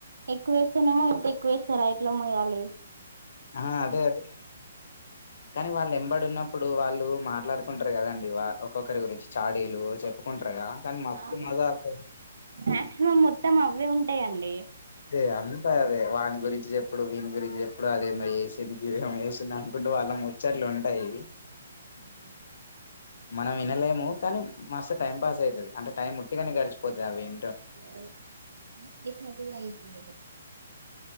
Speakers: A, on the right (about 80°); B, on the left (about 65°).
A: ఎక్కుస్తేనేమో ఇంతెక్కువ ఇస్తారా ఎట్ల మొయ్యాలి
B: ఆ అదే అదే కానీ వాళ్ళు ఎంబడు ఉన్నప్పు ప్పుడు వాళ్ళు మాట్లాడుకుంటారు కదండి వా ఒక్కొక్కరి గురించి చాడీలు చెప్పుకుంటారుగా కానీ మస్తు
A: అవును
B: మజా వస్తది
A: మాక్సిమం మొత్తం అవ్వే ఉంటాయండి
B: అదే అంతా అదే వాని గురించి చెప్పుడు వీని గురించి చెప్పుడు అదేందో చేసింది గిది ఏమో చేసి వాళ్ళ ముచ్చట్లు ఉంటాయి
A: ఉ
B: మనం వినలేము కానీ మస్తు టైం పాస్ అవుతుంది అంటే టైం ఉట్టిగానే గడిచిపోతది అవి ఇ
A: అవును